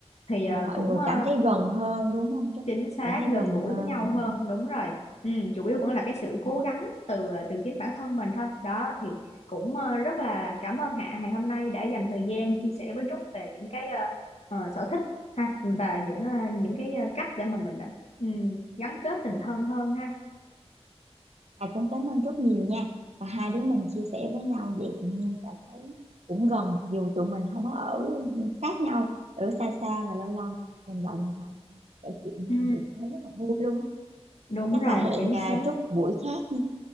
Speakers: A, on the left; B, on the right.
A: thì ờ,
B: thì mọi
A: cũng
B: người
A: ờ,
B: cảm thấy gần hơn đúng không chú
A: chính xác
B: cảm thấy
A: gần
B: gần
A: gũi
B: hơn
A: với nhau hơn đúng rồi ừ, chủ yếu vẫn là cái sự
B: <laughs>
A: cố gắng từ ờ, từ chính bản thân mình thôi đó thì cũng ờ, rất là cảm ơn Hạ ngày hôm nay đã dành thời gian chia sẻ với Trúc về những cái ờ, ờ, sở thích ha và những ờ, những cái ờ, cách để mà mình ờ, ừ, gắn kết tình thân hơn ha
B: À, cũng cảm ơn rất nhiều nha. Và hai đứa mình chia sẻ với nhau vậy tự nhiên cảm thấy cũng gần dù tụi mình không có ở sát nhau, ở xa xa và lâu lâu mình gọi điện thoại nhau, kể chuyện nhau
A: ừ,
B: vậy cảm thấy rất là vui luôn á.
A: đúng
B: Chắc
A: rồi
B: là hẹn
A: chính
B: à,
A: xác
B: chút buổi khác nha.